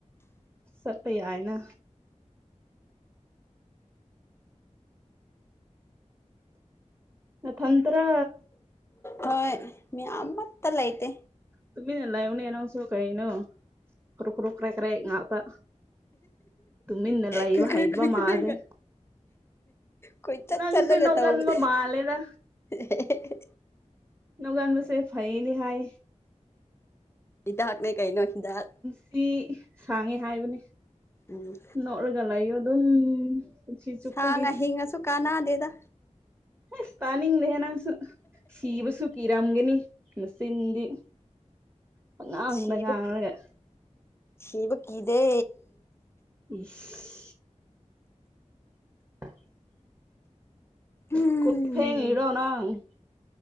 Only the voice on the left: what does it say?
ꯍꯣꯏ ꯃꯤ ꯑꯃꯠꯇ ꯂꯩꯇꯦ
ꯀ꯭ꯔꯤ ꯀ꯭ꯔꯤ
ꯀ꯭ꯔꯤ
ꯀ꯭ꯔꯤꯒ ꯀꯣꯏꯆꯠ
ꯆꯠꯂꯒ
ꯇꯧꯕꯅꯦ
<unintelligible>
ꯍꯤꯗꯥꯛꯅꯦ ꯀꯩꯅꯣ ꯍꯤꯗꯥꯛ
ꯎꯝ
ꯁꯥꯡꯉ ꯍꯤꯡꯉꯁꯨ ꯀꯥꯟꯅꯗꯦꯗ
ꯁꯤꯕ
ꯁꯤꯕ ꯀꯤꯗꯦ
ꯎꯝ